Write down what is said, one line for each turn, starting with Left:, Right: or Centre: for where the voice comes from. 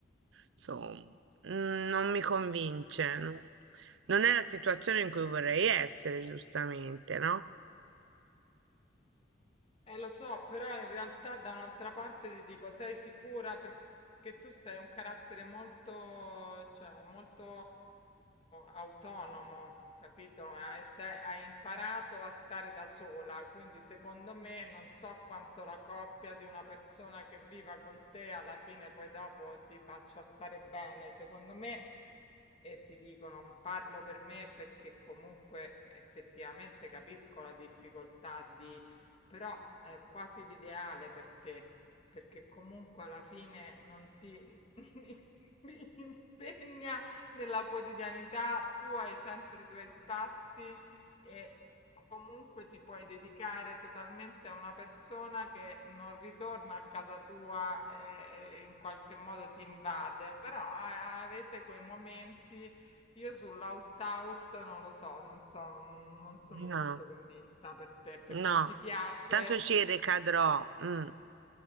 Right: insomma, mm, non mi convince. no? Non è la situazione in cui vorrei essere, giustamente, no?
Left: Eh, lo so, però in realtà da un'altra parte ti dico, sei sicura perché tu sei un carattere molto, cioè, molto autonomo, capito? Hai, sei- hai imparato a stare da sola, quindi secondo me non so quanto la coppia di una persona che viva con te alla fine poi dopo ti faccia stare bene. Secondo me e ti dico, non parlo per me perché comunque effettivamente capisco la difficoltà di però è quasi l'ideale per te, perché comunque alla fine non ti <laughs> impegna nella quotidianità, tu hai sempre i tuoi spazi e comunque ti puoi dedicare totalmente a una persona che non ritorna a casa tua e, e in qualche modo ti invade, però a- avete quei momenti, io sull'out-out non lo so, non so, non sono
Right: No,
Left: molto convinta per te, perché
Right: no,
Left: ti piace?
Right: tanto ci ricadrò. mm.